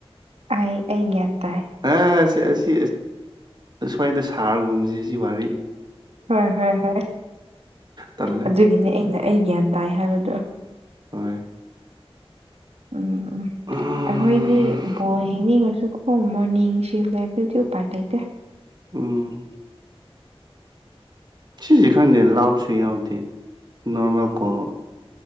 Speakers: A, on the right; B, on the right.
A: ꯑꯩ ꯑꯩ ꯒ꯭ꯌꯥꯟ ꯇꯥꯏ
B: ꯑ ꯑꯁꯤ ꯑꯁꯤ ꯑꯁ꯭ꯋꯥꯏꯗ ꯁꯥꯔꯒꯨꯝꯁꯦ ꯁꯤ ꯋꯥꯔꯤ
A: ꯍꯣꯏ ꯍꯣꯏ ꯍꯣꯏ
B: ꯇꯜꯂꯦ
A: ꯑꯗꯨꯒꯤꯅꯤ ꯑꯩꯅ ꯑꯩ ꯒ꯭ꯌꯥꯟ ꯇꯥꯏ ꯍꯥꯏꯕꯗꯣ
B: ꯍꯣꯏ
A: ꯎꯝ ꯎꯝ
B: ꯎꯝ
A: ꯑꯩꯈꯣꯏꯗꯤ ꯕꯣꯜ ꯌꯦꯡꯅꯤꯡꯉꯁꯨ ꯑꯣ ꯃꯣꯔꯅꯤꯡ ꯁꯤꯐ ꯂꯩꯕ꯭ꯔꯗꯤ ꯎꯄꯥꯏ ꯂꯩꯇꯦ
B: ꯎꯝ ꯁꯤꯁꯦ ꯈꯪꯗꯦ ꯂꯥꯎꯁꯨꯨꯏ ꯌꯥꯎꯗꯤ ꯅꯣꯔꯃꯦꯜ ꯀꯣꯜ